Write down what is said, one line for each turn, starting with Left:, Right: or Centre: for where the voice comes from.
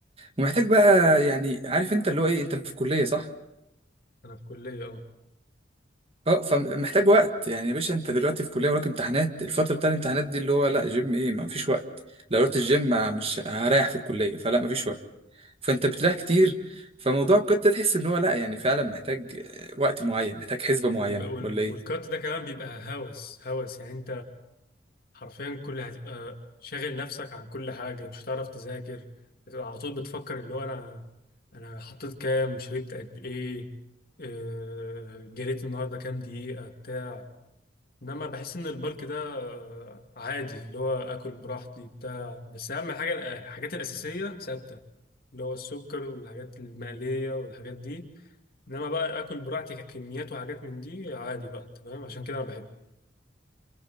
Right: ومحتاج بقى يعني عارف انت اللي هو ايه انت في كليه صح
Left: <laughs> أنا في كلية أه
Right: اه فمحتاج وقت يعني يا باشا انت دلوقتي في كليه وراك امتحانات الفتره بتاع الامتحانات دي اللي هو لا جيم ايه ما فيش وقت لو رحت الجيم ما- مش هريح في الكليه فلا ما فيش وقت فانت بتريح كتير فموضوع القطه تحس ان هو لا يعني فعلا محتاج آه، وقت معين محتاج حسبه معينه
Left: وبيبقى وال-
Right: ولا ايه
Left: والكات ده كمان بيبقى هوس هوس يعني حرفيا كل هتبقى شاغل نفسك عن كل حاجة مش هتعرف تذاكر هتبقى على طول بتفكر اللي هو أنا أنا حطيت كام شربت قد إيه آه، جريت النهاردة كام دقيقة بتاع إنما بحس إن البلك ده آه، عادي اللي هو آكل براحتي بتاع بس أهم حاجة الأ- الحاجات الأساسية ثابتة اللي هو السكر والحاجات المقلية والحاجات دي إنما بقى آكل براحتي ككميات وحاجات من دي عادي بقى تمام عشان كده أنا بحبه